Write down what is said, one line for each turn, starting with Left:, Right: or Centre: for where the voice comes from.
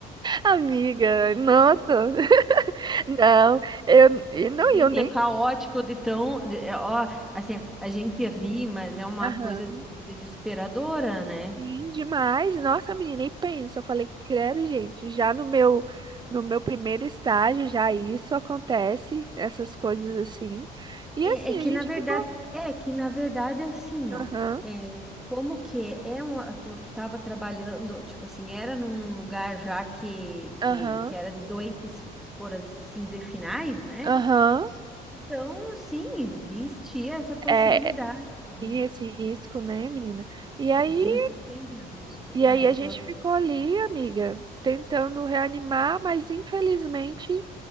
Right: Amiga, nossa, <laughs> não, eu e não,
Centre: Gente,
Right: e eu nem
Centre: é caótico de tão. de- é, Ó, assim, a gente ri, mas é uma
Right: Aham.
Centre: coisa desesperadora, né?
Right: sim demais, nossa, menina, e pensa, eu falei, credo, gente, já no meu no meu primeiro estágio já isso acontece, essas coisas assim. E
Centre: É,
Right: assim,
Centre: é que
Right: a gente
Centre: na verdade,
Right: ficou,
Centre: é que na verdade assim, ó,
Right: aham,
Centre: é, como que é um tu, tu tava trabalhando, tipo assim, era num lugar já que,
Right: aham,
Centre: que, que era de doentes, por assim dizer, finais, né?
Right: aham,
Centre: Então, sim, existe essa possibilidade.
Right: é,
Centre: né?
Right: tem esse risco, né, menina? E aí
Centre: Existe sempre o risco.
Right: E aí
Centre: É,
Right: a
Centre: tô,
Right: gente ficou ali, amiga, tentando reanimar, mas infelizmente,